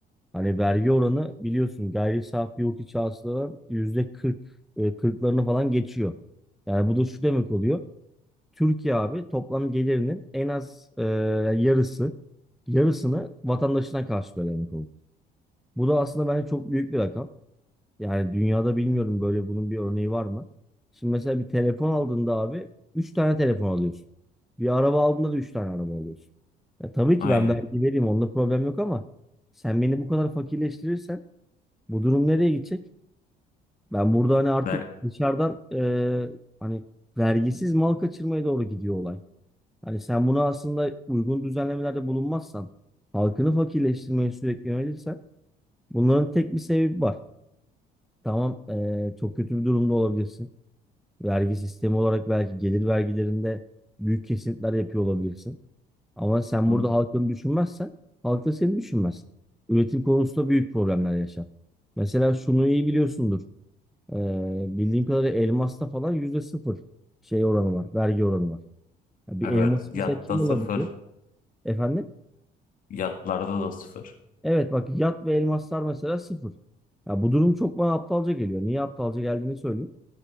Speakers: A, in the centre; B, on the left (about 55°).
A: Hani vergi oranı biliyorsun gayri safi yurt içi hasıladan yüzde 40 e, 40'larını falan geçiyor. Yani bu da şu demek oluyor. Türkiye abi toplam gelirinin en az e, yani yarısı yarısını vatandaşına karşılıyor demek olur. Bu da aslında bence çok büyük bir rakam. Yani dünyada bilmiyorum böyle bunun bir örneği var mı? Şimdi mesela bir telefon aldığında abi 3 tane telefon alıyorsun. Bir araba aldığında da 3 tane araba alıyorsun. Ya tabii ki
B: aynen.
A: ben vergi vereyim onda problem yok ama sen beni bu kadar fakirleştirirsen bu durum nereye gidecek? Ben burada hani artık
B: Der,
A: dışarıdan e, hani vergisiz mal kaçırmaya doğru gidiyor olay. Hani sen bunu aslında uygun düzenlemelerde bulunmazsan, halkını fakirleştirmeye sürekli yönelirsen bunların tek bir sebebi var. Tamam e, çok kötü bir durumda olabilirsin. Vergi sistemi olarak belki gelir vergilerinde büyük kesintiler yapıyor olabilirsin. Ama sen
B: Hı?
A: burada halkını düşünmezsen halk da seni düşünmez. Üretim konusunda büyük problemler yaşar. Mesela şunu iyi biliyorsundur. Ee, bildiğim kadarıyla elmasta falan yüzde sıfır şey oranı var. Vergi oranı var. Ya bir
B: Evet.
A: elmas
B: Yatta
A: mesela kim
B: sıfır.
A: olabiliyor? Efendim?
B: Yatlarda da sıfır.
A: Evet bak yat ve elmaslar mesela sıfır. Ya bu durum çok bana aptalca geliyor. Niye aptalca geldiğini söyleyeyim.